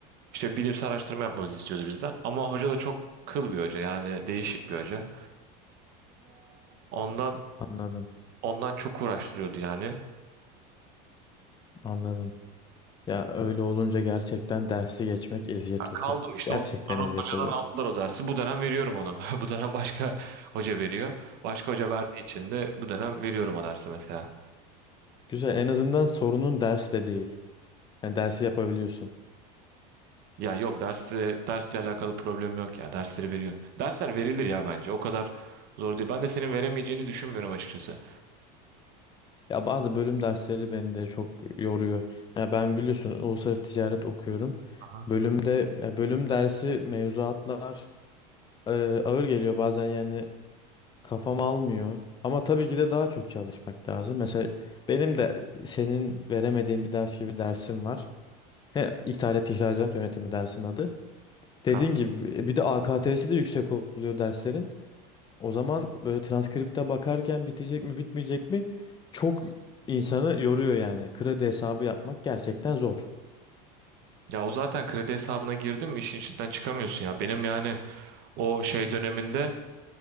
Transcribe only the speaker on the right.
İşte bilimsel araştırma yapmamızı istiyordu bizden. Ama hoca da çok kıl bir hoca yani değişik bir hoca. Ondan
ondan çok uğraştırıyordu yani.
Kaldım
işte
ondan sonra
hocadan
aldılar o dersi. Bu dönem veriyorum onu. <laughs> Bu dönem başka hoca veriyor. Başka hoca verdiği için de bu dönem veriyorum o dersi mesela.
Ya yok dersi dersle alakalı problem yok ya. Dersleri veriyorsun. Dersler verilir ya bence. O kadar zor değil. Ben de senin veremeyeceğini düşünmüyorum açıkçası.
Aha.
Ha.
Ya o zaten kredi hesabına girdin mi işin içinden çıkamıyorsun ya. Benim yani o şey döneminde